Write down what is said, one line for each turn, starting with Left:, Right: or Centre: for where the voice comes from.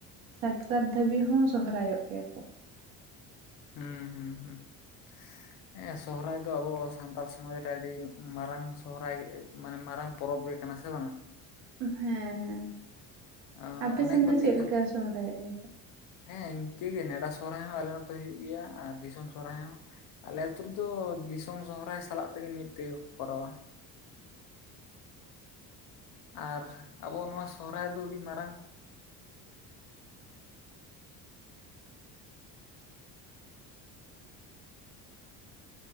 Right: ᱥᱟᱠᱨᱟᱛ ᱫᱷᱟᱹᱵᱤᱡ ᱦᱚᱸ ᱥᱚᱦᱚᱨᱟᱭᱚᱜ ᱜᱮᱭᱟ ᱠᱚ᱾
Left: ᱦᱩᱸ ᱦᱩᱸ ᱦᱩᱸ᱾
Right: <unintelligible>
Left: ᱦᱮᱸ ᱥᱚᱦᱚᱨᱟᱭ ᱫᱚ ᱟᱵᱚ ᱥᱟᱱᱛᱟᱲ ᱥᱚᱢᱟᱡᱽ ᱨᱮ ᱟᱹᱰᱤ ᱢᱟᱨᱟᱝ ᱥᱚᱦᱚᱨᱟᱭ ᱢᱟᱱᱮ ᱢᱟᱨᱟᱝ ᱯᱚᱨᱚᱵᱽ ᱜᱮ ᱠᱟᱱᱟ ᱥᱮ ᱵᱟᱝ᱾
Right: ᱦᱮᱸ ᱦᱮᱸ
Left: ᱟᱸ
Right: ᱟᱯᱮᱥᱮᱱ
Left: ᱚᱱᱮ ᱠᱚ
Right: ᱫᱚ
Left: ᱞᱟᱹᱭᱟ
Right: ᱪᱮᱜ ᱞᱮᱠᱟ ᱥᱚᱦᱚᱨᱟᱭᱚᱜ ᱜᱮ ᱠᱚ᱾
Left: ᱦᱮᱸ ᱤᱝᱠᱟᱹᱜᱮ ᱱᱮᱰᱟ ᱥᱚᱦᱚᱨᱟᱭ ᱦᱚᱸ ᱟᱞᱮ ᱱᱚᱛᱮ ᱦᱩᱭᱩᱜ ᱜᱮᱭᱟ ᱟᱨ ᱫᱤᱥᱚᱢ ᱥᱚᱦᱚᱨᱟᱭ ᱦᱚᱸ᱾ ᱟᱞᱮ ᱟᱹᱛᱩ ᱨᱮᱫᱚ ᱫᱤᱥᱚᱢ ᱥᱚᱦᱚᱨᱟᱭ ᱥᱟᱞᱟᱜ ᱛᱮᱜᱮ ᱢᱤᱫ ᱛᱮᱜᱮ ᱠᱚ ᱠᱚᱨᱟᱣᱟ᱾
Right: <unintelligible>
Left: ᱟᱨ ᱟᱵᱚ ᱱᱚᱣᱟ ᱥᱚᱦᱚᱨᱟᱭ ᱫᱚ ᱟᱹᱰᱤ ᱢᱟᱨᱟᱝ᱾
Right: <unintelligible>